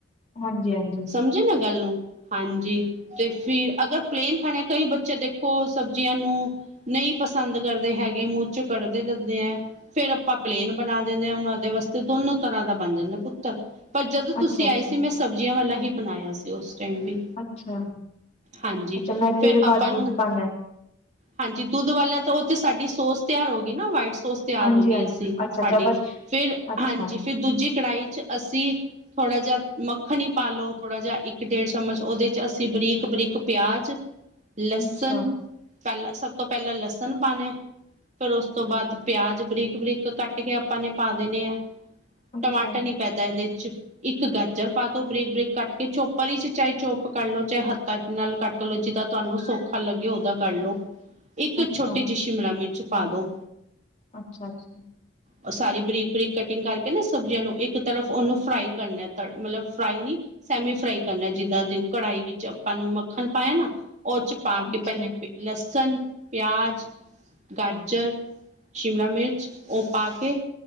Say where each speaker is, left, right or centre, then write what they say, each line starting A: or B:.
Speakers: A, on the left (about 35°); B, on the right (about 35°).
A: ਹਾਂਜੀ ਹਾਂਜੀ
B: ਸਮਝੇ ਨਾ ਗੱਲ ਨੂੰ ਹਾਂਜੀ ਤੇ ਫਿਰ ਅਗਰ ਪਲੇਨ ਖਾਣੇ ਕਈ ਬੱਚੇ ਦੇਖੋ ਸਬਜ਼ੀਆਂ ਨੂੰ ਨਹੀਂ ਪਸੰਦ ਕਰਦੇ ਹੈਗੇ ਮੂੰਹ ਚੋਂ ਕੱਢਦੇ ਦੇ ਫੇਰ ਆਪਾਂ ਪਲੇਨ ਬਣਾ ਦੇਿੰਦੇ ਹਾਂ ਹੁਣ ਉਹਦੇ ਵਾਸਤੇ ਦੋਨੋ। ਤਰਾਂ ਦਾ ਬਣ ਜਾਂਦਾ ਪੁੱਤਰ ਪਰ ਜਦੋਂ ਤੁਸੀਂ
A: ਅੱਛਾ ਅੱਛਾ
B: ਆਏ ਸੀ ਮੈਂ ਸਬਜ਼ੀਆਂ ਵਾਲਾ ਹੀ ਬਣਾਇਆ ਸੀ ਉਸ। ਟ ਵੀ
A: ਅੱਛਾ
B: ਹਾਂਜੀ
A: ਅੱਛਾ ਮੈਦੇ
B: ਫਿਰ
A: ਦੇ
B: ਆਪਾਂ
A: ਬਾਅਦ ਦੁੱਧ
B: ਨੂੰ।
A: ਪਾਉਣਾ
B: ਹਾਂਜੀ ਦੁੱਧ ਵਾਲਿਆਂ ਤਾਂ ਉਹਥ ਸਾਡੀ ਸੋਸ ਤਿਆਰ ਹੋ ਗਈ ਨਾ ਵਟ। ੋਸ ਤਿਆਰ
A: ਹਾਂਜੀ
B: ਹੋ ਗਈ
A: ਹਾਂਜੀ
B: ਅਸੀਂ
A: ਅੱਛਾ
B: ਸਾਡੀ
A: ਅੱਛਾ ਬਸ
B: ਫਿਰ
A: ਅੱਛਾ
B: ਹਾਂਜੀ। ਫਿਰ ਦੂਜੀ ਕੜਾਹੀ ਚ ਅਸੀਂ ਥੋੜਾ ਜਿਹਾ ਮੱਖਣ ਹੀ ਪਾਲਓ ਥੋੜਾ ਜਿਹਾ ਇੱਕ ਡੇਢ ਚਮਚ ਉਹਦੇ ਚ। ਅਸੀਂ ਬਰੀਕ -ਬਰੀਕ ਪਿਆਜ਼, ਲਸਣ
A: ਅੱਛਾ
B: ਪਹਿਲਾਂ ਸਭ ਤੋਂ ਪਹਿਲਾਂ ਲਸਣ ਪਾਣੇ। ਫਿਰ ਉਸ ਤੋਂ ਬਾਅਦ ਪਿਆਜ ਬਰੀਕ -ਬਰੀਕ ਕੱਟ ਕੇ ਆਪਾਂ ਨੇ ਪਾ ਦੇਣੇ ਆ।
A: ਅੱਛਾ
B: ਟਮਾਟਰ ਨੀ ਪੈਦਾ ਇਹਦੇ ਇੱਕ ਗਾਜਰ ਪਾਦੋ ਬਰੀਕ ਬਰੀਕ ਕੱਟ ਕੇ ਚੋਪਰ ਚ ਚਾਹੇ ਚੋਪ ਕਰਲੋ ਚਾਹੇ ਹੱਥਾਂ ਨਾਲ ਕੱਟ ਲੋ ਜਿਦਾਂ ਤੁਹਾਨੂੰ ਸੌਖਾ ਲੱਗੇ ਉਦਾ ਕਰ ਲੋ। ਇੱਕ
A: ਅੱਛਾ
B: ਛੋਟੀ ਜੀ ਸ਼ਿਮਲਾ ਮਿਰਚ ਪਾ ਦੋ।
A: ਅੱਛਾ -ਅੱਛ।
B: ਉਹ ਸਾਰੀ ਬਰੀਕ -ਬਰੀਕ ਕਟਿੰਗ ਕਰ ਇਨਾ ਸਬਜ਼ੀਆਂ ਨੂੰ ਇੱਕ ਤਰਫ ਉਹਨੂੰ ਫਰਾਈ ਕਰਨਾ ਤੜ ਮਤਲਬ ਫਰਾਈ ਨੀ ਸੈਮੀ ਫਰਾਈ ਕਰਨਾ ਜਿੱਦਾਂ ਦੇ ਕੜਹੀ ਵਿੱਚ ਆਪਾਂ ਨੂੰ ਮੱਖਣ ਪਾਇਆ ਨਾ ਉਹ ਚ ਪਾ
A: ਅੱਛਾ
B: ਕੇ ਪਹਿਲੇ ਲਸਣ ਪਿਆਜ। ਗਜਰ, ਸ਼ਿਮਲਾ ਮਿਰਚ ਉਹ ਪਾ ਕੇ